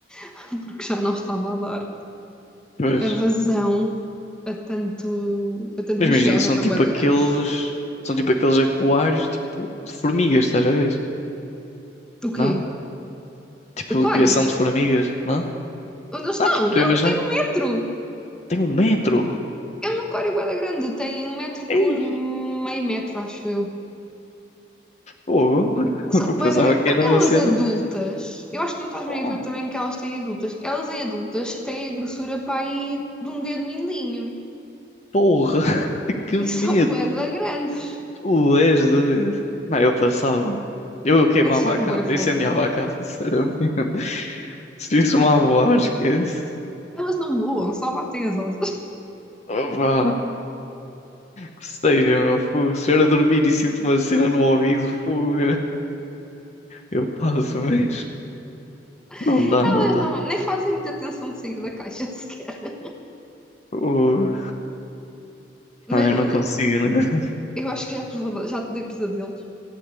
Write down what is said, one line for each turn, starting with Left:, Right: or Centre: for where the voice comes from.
Centre: <laughs> porque já não estava a dar
Left: Pois.
Centre: a vazão a tanto, a tanto
Left: Mas
Centre: bicho,
Left: imagina,
Centre: e elas
Left: são
Centre: já estão
Left: tipo
Centre: bué da
Left: aqueles,
Centre: grandes.
Left: são tipo aqueles aquários, tipo, de formigas, estás a ver?
Centre: O quê?
Left: Não? Tipo,
Centre: O aquário?
Left: de criação de formigas, não?
Centre: Onde eles estão?
Left: Não, tipo, tu
Centre: Não,
Left: imaginas,
Centre: um tetro!
Left: tem um metro.
Centre: É um aquário bué da grande, tem um metro
Left: Ei,
Centre: por meio metro, acho eu.
Left: fogo. <laughs>
Centre: São
Left: Eu pensava
Centre: bué da grande.
Left: que
Centre: Então,
Left: era
Centre: elas
Left: uma cena.
Centre: adultas, eu acho que não estás bem
Left: Oh,
Centre: a ver o tamanho que elas têm adultas. Elas em adultas têm a grossura para aí de um dedo mindinho.
Left: porra, <laughs> que
Centre: E
Left: medo.
Centre: <laughs> são bué da grandes,
Left: Tu és doido. Não, eu passava. Eu queimava
Centre: mas são
Left: a casa,
Centre: bué fofas.
Left: incendiava a casa, sinceramente. <laughs> Se isso me avoar, esquece.
Centre: Elas não voam, só batem as asas.
Left: Opa. que seja, meu fogo. Se eu a dormir e sinto uma cena no ouvido, fogo, eu passo, mas não
Centre: <laughs>
Left: dá,
Centre: Elas
Left: não dá.
Centre: não, nem fazem muita tensão de sair da caixa <laughs> sequer.
Left: Fogo.
Centre: Mas
Left: Não, eu não
Centre: olha,
Left: consigo, eu não consigo
Centre: eu acho que já te, vou, já te dei pesadelos